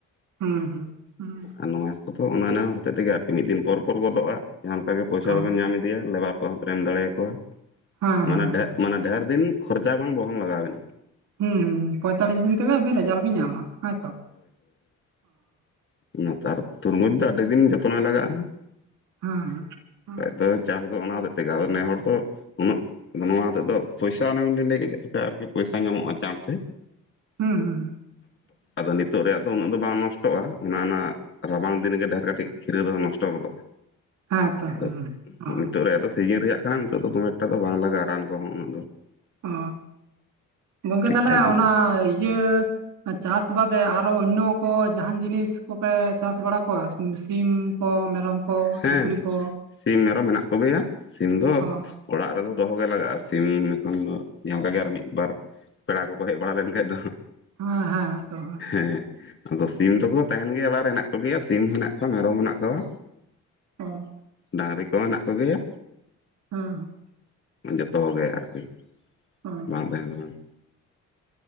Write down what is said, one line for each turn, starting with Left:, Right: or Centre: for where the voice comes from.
Right: ᱦᱮᱸ ᱦᱮᱸ
Left: ᱟᱨ ᱱᱚᱣᱟ ᱠᱚᱫᱚ ᱚᱱᱟ ᱦᱚᱛᱮᱫ ᱛᱮᱜᱮ ᱟᱨᱠᱤ ᱢᱤᱫ ᱫᱤᱱ ᱯᱚᱨ ᱯᱚᱨ ᱜᱚᱫᱚᱜᱼᱟ ᱡᱟᱦᱟᱸ ᱞᱮᱠᱟᱜᱮ ᱯᱚᱭᱥᱟ
Right: ᱚ
Left: ᱫᱚᱵᱮᱱ ᱧᱟᱢ ᱤᱫᱤᱭᱟ ᱞᱮᱵᱟᱨ ᱠᱚᱦᱚᱸ ᱵᱮᱱ ᱮᱢ ᱫᱟᱲᱮᱭᱟᱠᱚᱣᱟ
Right: ᱦᱮᱸ
Left: ᱢᱟᱱᱮ
Right: ᱦᱮᱸ
Left: ᱢᱟᱱᱮ ᱰᱷᱮᱨ ᱫᱤᱱ ᱠᱷᱚᱨᱪᱟ ᱵᱟᱝ ᱵᱚᱦᱚᱱ ᱞᱟᱜᱟᱣᱵᱮᱱᱟ
Right: ᱦᱩᱸ ᱦᱩᱸ ᱯᱚᱭᱛᱟᱞᱞᱤᱥ ᱫᱤᱱ ᱛᱮᱜᱮ ᱟᱵᱤᱱ ᱨᱮᱡᱟᱞ ᱵᱤᱱ ᱧᱟᱢᱟ ᱦᱳᱭ ᱛᱚ
Left: ᱱᱮᱛᱟᱨ ᱛᱩᱨᱢᱩᱡᱽ ᱫᱚ ᱟᱹᱰᱤ ᱫᱤᱱ ᱡᱚᱛᱚᱱ ᱞᱟᱜᱟᱜᱼᱟ
Right: ᱦᱮᱸ ᱦᱩᱸ
Left: ᱵᱟᱠᱷᱟᱡ ᱫᱚ ᱪᱟᱥ ᱫᱚ ᱚᱱᱟ ᱦᱚᱛᱮᱡ ᱛᱮᱜᱮ ᱟᱫᱚ ᱱᱮ ᱦᱚᱲ ᱫᱚ ᱩᱱᱟᱹᱜ ᱱᱚᱣᱟ ᱛᱮᱫ ᱯᱚᱭᱥᱟ ᱚᱱᱮᱞᱤᱧ ᱞᱟᱹᱭ ᱠᱮᱫ ᱟᱨᱠᱤ ᱯᱚᱭᱥᱟ ᱧᱟᱢᱚᱜᱼᱟ ᱪᱟᱬ ᱛᱮ
Right: ᱦᱩᱸ ᱦᱩᱸ ᱦᱩᱸ
Left: ᱟᱫᱚ ᱱᱤᱛᱚᱜ ᱨᱮᱭᱟᱜ ᱫᱚ ᱩᱱᱟᱹᱜ ᱫᱚ ᱵᱟᱝ ᱱᱚᱥᱴᱚᱜᱼᱟ ᱚᱱᱟ ᱚᱱᱟ ᱨᱟᱵᱟᱝ ᱫᱤᱱᱜᱮ ᱰᱮᱨ ᱠᱟᱹᱴᱤᱡ ᱠᱷᱤᱨᱟᱹ ᱫᱚ ᱱᱚᱥᱴᱚ ᱜᱚᱫᱚᱜᱼᱟ
Right: ᱦᱮᱸᱛᱚ
Left: ᱟᱫᱚ
Right: ᱦᱩᱸ ᱚ
Left: ᱱᱤᱛᱚᱜ ᱨᱮᱭᱟᱜ ᱫᱚ ᱥᱤᱡᱤᱱ ᱨᱮᱭᱟᱜ ᱠᱟᱱᱟ ᱱᱤᱛᱳ ᱫᱚ ᱫᱚᱢᱮ ᱮᱠᱴᱟ ᱫᱚ ᱵᱟᱝ ᱞᱟᱜᱟᱜᱼᱟ ᱨᱟᱱ ᱠᱚᱦᱚᱸ ᱩᱱᱟᱹᱜ ᱫᱚ
Right: ᱚ ᱜᱚᱢᱠᱮ
Left: ᱴᱷᱤᱠ
Right: ᱛᱟᱦᱚᱞᱮ
Left: ᱴᱷᱟᱠ ᱜᱮ
Right: ᱚᱱᱟ ᱤᱭᱟᱹ ᱪᱟᱥ ᱵᱟᱫᱮ ᱟᱨᱚ ᱚᱱᱱᱚ ᱠᱚ ᱡᱟᱦᱟᱱ ᱡᱤᱱᱤᱥ ᱠᱚᱯᱮ ᱪᱟᱥ ᱵᱟᱲᱟ ᱠᱚᱣᱟ ᱥᱤᱢ ᱠᱚ ᱢᱮᱨᱚᱢ ᱠᱚ
Left: ᱦᱮᱸ
Right: ᱥᱩᱠᱨᱤ ᱠᱚ
Left: ᱥᱤᱢ ᱢᱮᱨᱚᱢ ᱢᱮᱱᱟᱜ ᱠᱚᱜᱮᱭᱟ ᱥᱤᱢ ᱫᱚ
Right: ᱚ
Left: ᱚᱲᱟᱜ ᱨᱮᱫᱚ ᱫᱚᱦᱚ ᱜᱮ ᱞᱟᱜᱟᱜᱼᱟ ᱥᱤᱢ ᱮᱠᱷᱚᱱ ᱫᱚ ᱡᱟᱦᱟᱸ ᱞᱮᱠᱟᱜᱮ ᱟᱨ ᱢᱤᱫᱵᱟᱨ ᱯᱮᱲᱟ ᱠᱚᱠᱚ ᱦᱮᱡ ᱵᱟᱲᱟ ᱞᱮᱱᱠᱷᱟᱡ ᱫᱚ
Right: ᱦᱮᱸ ᱦᱮᱸ ᱦᱮᱸᱛᱚ ᱦᱟᱸᱜ
Left: ᱦᱮᱸ ᱟᱫᱚ ᱥᱤᱢ ᱫᱚᱠᱚ ᱛᱟᱦᱮᱱ ᱜᱮᱭᱟ ᱚᱲᱟᱜ ᱨᱮ ᱦᱮᱱᱟᱜ ᱠᱚᱜᱮᱭᱟ ᱥᱤᱢ ᱦᱮᱱᱟᱜ ᱠᱚᱣᱟ ᱢᱮᱨᱚᱢ ᱦᱮᱱᱟᱜ ᱠᱚᱣᱟ
Right: ᱚᱻ
Left: ᱰᱟᱹᱝᱨᱤ ᱠᱚᱦᱚᱸ ᱢᱮᱱᱟᱜ ᱠᱚᱜᱮᱭᱟ
Right: ᱦᱩᱸ ᱦᱩᱸᱻ
Left: ᱡᱚᱛᱚ ᱜᱮ ᱟᱨᱠᱤ
Right: ᱚ
Left: ᱵᱟᱝ ᱛᱟᱦᱮᱱ ᱫᱚ ᱵᱟᱝ